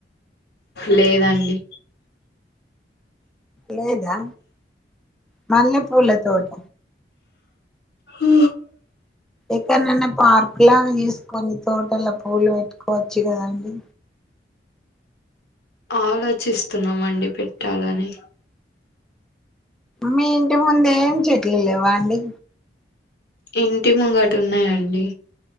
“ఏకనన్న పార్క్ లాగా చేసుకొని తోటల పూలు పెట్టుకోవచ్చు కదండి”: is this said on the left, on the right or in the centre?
Centre